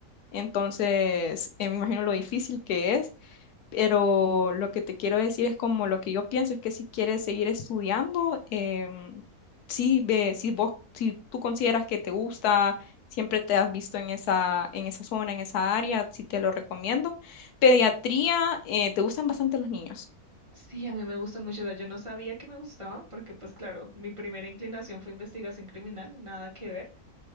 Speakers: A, on the left; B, on the right.
A: Entonces, eh, me imagino lo difícil que es. Pero lo que te quiero decir es como lo que yo pienso es que si quieres seguir estudiando, em, sí, ve- si vos, si tú consideras que te gusta, siempre te has visto en esa, en esa zona, en esa área, sí te lo recomiendo. Pediatría, eh, te gustan bastante los niños.
B: Sí, a mí me gustan mucho. o sea, yo no sabía que me gustaban, porque pues claro, mi primera inclinación fue investigación criminal, nada que ver,